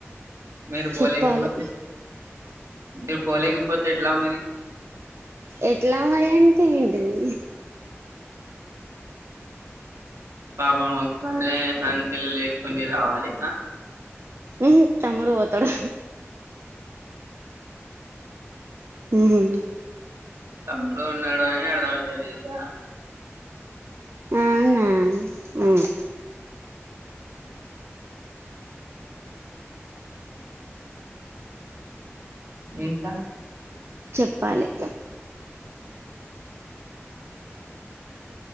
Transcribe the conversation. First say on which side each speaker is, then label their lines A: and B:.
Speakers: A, on the right; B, on the right.
A: మీరు
B: చెప్పాలి
A: పోలేకపొతే అంటె పోలేకపోతే ఎట్లా మరి
B: ఎట్లా మరి అంటే ఏంటిది
A: పాపం ఒక్కల్లె సంచిలు లేపుకుని రావాలి ఆ
B: మ్ హు తమ్ముడు పోతాడు ఊమ్
A: తమ్ముడు ఉన్నడు ఉన్నడు అని అర్థమైతలేదు సా
B: అవునా మ్
A: ఇంకా
B: చెప్పాలే